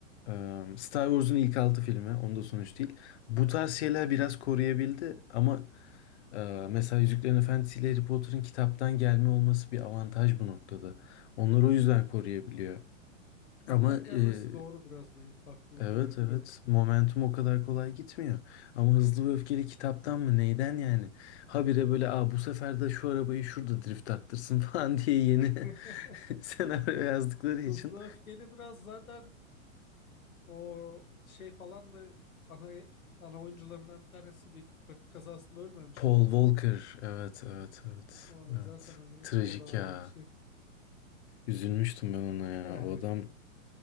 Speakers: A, on the left; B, on the left.
A: e, Star Wars'un ilk altı filmi onda sonuç değil. Bu
B: Yani
A: tarz şeyler biraz koruyabildi ama ee, mesela Yüzüklerin Efendisi ile Harry Potter'ın kitaptan gelme olması bir avantaj bu noktada. Onları o yüzden koruyabiliyor.
B: kitaptan
A: Ama e,
B: gelmesi doğru biraz bir farklılık
A: evet
B: yaratıyor.
A: evet momentum o kadar kolay gitmiyor. Ama Hızlı ve Öfkeli kitaptan mı neyden yani? Habire böyle Aa, bu sefer de şu arabayı şurada drift attırsın <laughs> falan diye yeni
B: <laughs>
A: <laughs> senaryo
B: Hmm.
A: yazdıkları için.
B: Hızlı Öfkeli biraz zaten O şey falan da ana ana oyuncularından bir tanesi bir trafik kazasında ölmemiş
A: Paul
B: miydi?
A: Walker evet evet evet
B: O
A: evet.
B: zaten hani
A: Trajik
B: o da ayrı
A: ya.
B: bir şey.
A: Üzülmüştüm ben ona ya.
B: Yani
A: O adam